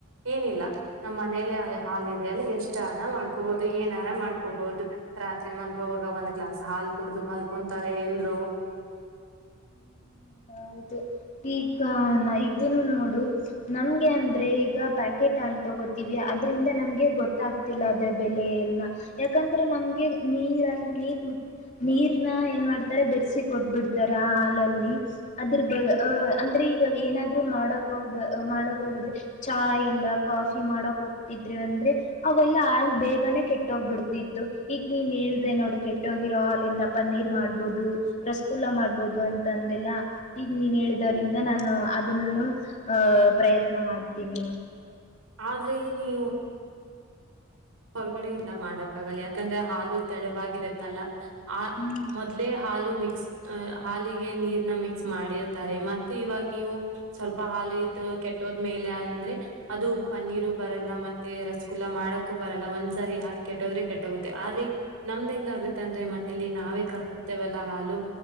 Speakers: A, on the right; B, on the left.
A: ಏನಿಲ್ಲ ನಮ್ಮ್ ಮನೇಲಿ ಅ ಹಾಾಲ ಇದೆ ಅಲ್ಲಿ ಎಷ್ಟನ ಮಾಡ್ಕೋಬಹುದು ಏನಾರ ಮಾಡ್ಕೋಬಹುದು ರಾತ್ರಿ ಮಲ್ಗೋವಾಗ ಒಂದ್ ಗ್ಲಾಸ್ ಹಾಲ್ ಕುಡ್ದು ಮಲ್ಕೊಂತಾರೆ ಎಲ್ರು
B: ಹ್ಮ್ ಹೌದು ಈಗ ನ ಇದನ್ನು ನೋಡು ನಮ್ಗೆ ಅಂದ್ರೆ ಈಗ ಪ್ಯಾಕ ಕೇಟ್ ಅಲ್ ತೊಗೋತೀವಿ ಅದ್ರಿಂದ ನಮಗೆ ಗೊತ್ತ ಆಗ್ತಿಲ್ಲ ಅದ್ರೆ ಬೆಲೆ ಎನ ಯಾಕಂದ್ರೆ ನಮ್ಗೆ ನೀರ ನೀರ್ ನೀರ್ನ ಏನ್ ಮಾಡ್ತಾರೆ ಬೆರೆಸಿ ಕೊಟ್ಬಿಡ್ತಾರೆ ಹಾಲಲ್ಲಿ ಅದ್ರ ಬ ಅಂದ್ರೆ ಈಗ ಏನಾದ್ರು ಮಾಡಕ ಹೋಗ್ ಮಾಡಕ್ ಹೋಗದ್ರೆ ಚ ಇಲ್ಲ ಕಾಫಿ ಮಾಡಕ್ ಹೋಗ್ತಿದ್ರೆ ಅಂದ್ರೆ ಅವೆಲ್ಲ ಹಾಲ್ ಬೇಗನೆ ಕೆಟ್ಟೋಗ್ಬಿಡ್ತಿತ್ತು ಈಗ ನೀನ್ ಹೇಳ್ದೆ ನೋಡು ಕೆಟ್ಟೋಗಿರೋ ಹಾಲಿಂದ ಪನ್ನೀರ್ ಮಾಡ್ಬಹುದು ರಸಗುಲ್ಲಾ ಮಾಡ ಆಬಹದು ಅಂತ ಅಂದಲ್ಲ ಈಗ ನೀನ್ ಹೇಳಿದ್ರಂದ ನಾನು ಅದನ್ನು ಆ ಪ್ರಯತ್ನ ಮಾಡ್ತೀನಿ
A: ಆದ್ರೆ ನೀವು ಹೊರಗಡೆಯಿಂದ ಮಾಡಕ್ಕಾಗಲ್ಲ ಯಾಕಂದ್ರೆ ಹಾಲು ತೆಳವಾಗಿರತ್ತಲ್ಲ ಆ
B: ಹ್ಮ್
A: ಮೊದ್ಲೇ ಹಾಲು ಮಿಕ್ ಹಾಲಿಗೆ ನೀರ್ನ ಮಿಕ್ಸ್ ಮಾಡಿರ್ತಾರೆ ಮ ಇವಾಗ ನೀವು ಸ್ವಲ್ಪ ಹಾಲು ಇದ ಕೆಟ್ಟೋದ ಮೇಲೆ ಅಂದ್ರೆ ಅದು ಪನ್ನೀರ್ ಬರಲ್ಲ ಮತ್ತೆ ರಸಗುಲ್ಲ ಮಾಡ <unintelligible> ಬರಲ್ಲ ಒಂದ್ ಸರಿ ಹ ಕೆಟ್ಟದ್ರೆ ಕೆಟ್ಟೋಗುತ್ತೆ ಆದ್ರೆ ನಮ್ದ್ ಹೆಂಗ ಆಗುತ್ತೆ ಅಂದ್ರೆ ಮನೆಯಲ್ಲಿ ನಾವೇ ಕರರ್ತಿತ್ತೇವೆಲ್ಲಾ ಹಾಲು